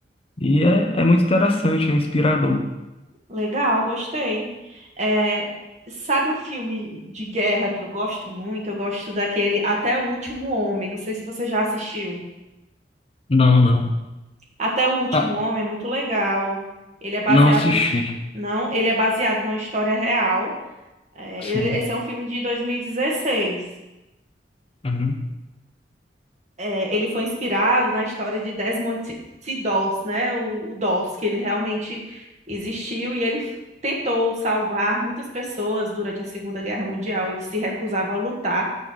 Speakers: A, on the left; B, on the right.
A: E é, é muito interessante, é inspirador.
B: legal, gostei. É, sabe um filme de guerra que eu gosto muito? Eu gosto daquele Até o Último Homem. Não sei se você já assistiu.
A: Não, não.
B: Até o Último
A: Ah,
B: Homem é muito legal. Ele é baseado
A: não assisti.
B: na... his- Não, ele é baseado numa história real. É,
A: Sim.
B: ele- esse é um filme de 2016.
A: Uhum.
B: é, ele foi inspirado na história de Desmond T. T. Doss, né? O, o Doss, que ele realmente existiu e ele tentou salvar muitas pessoas durante a Segunda Guerra Mundial. Ele se recusava a lutar